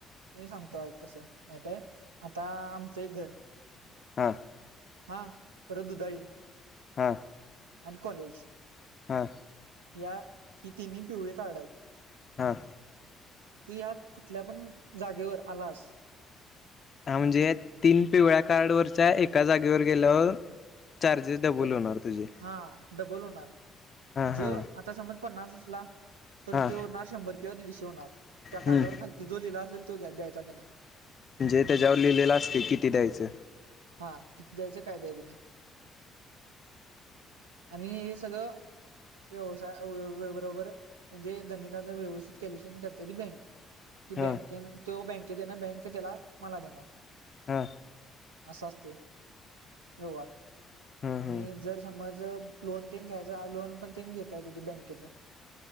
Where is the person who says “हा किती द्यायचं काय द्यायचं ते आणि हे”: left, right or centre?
Right